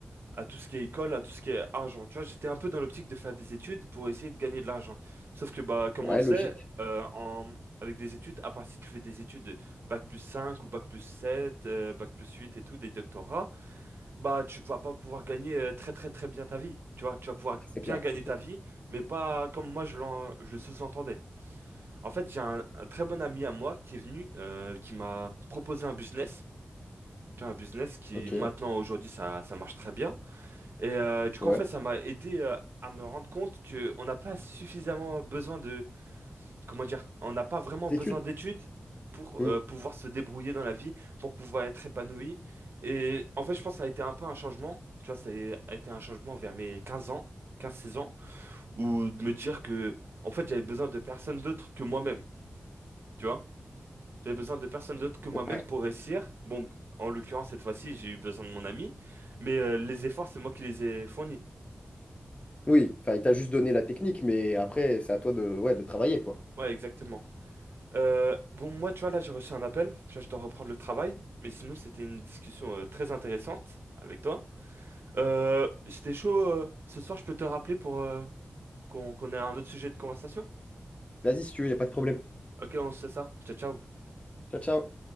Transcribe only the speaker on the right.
à tout ce qui est école à tout ce qui est argent tu vois j'étais un peu dans l'optique de faire des études pour essayer de gagner de l'argent sauf que bah comme
on le sait
euh, en avec des études à part si tu fais des études bac plus 5 ou bac plus 7 euh, bac plus 8 et tout des doctorats bah tu vas pas pouvoir gagner euh, très très très bien ta vie tu vois tu vas pouvoir
bien
gagner
ta vie mais pas comme moi je l'en je le sous-entendais en fait, j'ai un, un très bon ami à moi qui est venu, euh, qui m'a proposé un business. Tu vois, Un business qui,
maintenant, aujourd'hui, ça, ça marche très bien. Et euh, du coup,
en fait, ça m'a aidé euh, à me rendre compte que on n'a pas suffisamment besoin de... Comment dire? On n'a pas vraiment
besoin
d'études pour
euh, pouvoir se débrouiller dans la vie, pour pouvoir être épanoui. Et en fait, je pense que ça a été un peu un changement. Tu vois, ça a été un changement vers mes quinze ans, quinze seize ans, où de me dire que, en fait, j'avais besoin de personne d'autre que moi-même. Tu vois J'avais besoin de personne d'autre que moi-même
pour réussir. Bon, en l'occurrence, cette fois-ci, j'ai eu besoin de mon ami, mais euh, les efforts, c'est moi qui les ai fournis.
Ouais, exactement. Euh, bon, moi, tu vois, là, j'ai reçu un appel. Tu vois, je dois reprendre le travail. Mais sinon, c'était une discussion euh, très intéressante avec toi. Euh, c'était chaud. euh, ce soir, je peux te rappeler pour euh, qu'on qu'on ait un autre sujet de conversation?
Ok, on se fait ça. Ciao, ciao.